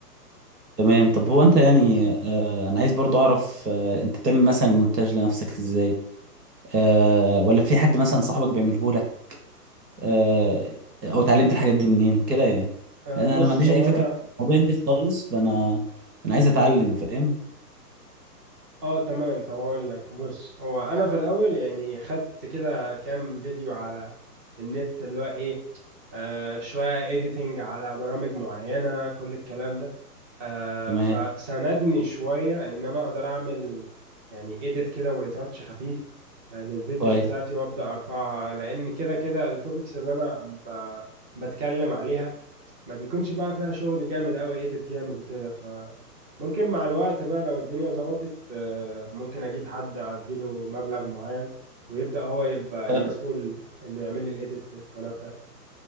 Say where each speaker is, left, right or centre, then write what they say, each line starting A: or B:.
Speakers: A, on the right; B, on the right.
A: تمام طب هو انت يعني آه انا عايز برضو اعرف آه انت بتعمل مثلا المونتاج لنفسك ازاي آه ولا في حد مثلا صاحبك بيعمله لك آه او اتعلمت الحاجات دي منين كده يعني
B: آه،
A: لان
B: بص
A: انا ما عنديش
B: هو
A: اي فكره
B: انا
A: عن الموضوع ده خالص فانا انا عايز اتعلم فاهم
B: اه تمام طب هقول لك بص هو انا في الاول يعني خدت كده كام فيديو على النت اللي هو ايه آه شوية editing على برامج معينة كل الكلام ده آه
A: تمام
B: فساندني شوية ان انا اقدر اعمل يعني edit كده وريتاتش خفيف آه للفيديوز
A: كويس
B: بتاعتي وابدا ارفعها لان كده كده التوبكس اللي انا ب... بتكلم عليها ما بيكونش بقى فيها شغل جامد قوي ايديت جامد وكده ف ممكن مع الوقت بقى لو الدنيا ظبطت آه، ممكن اجيب حد اديله مبلغ معين ويبدأ هو يبقى
A: طب
B: المسؤول انه يعمل لي الايديت للقناة بتاعتي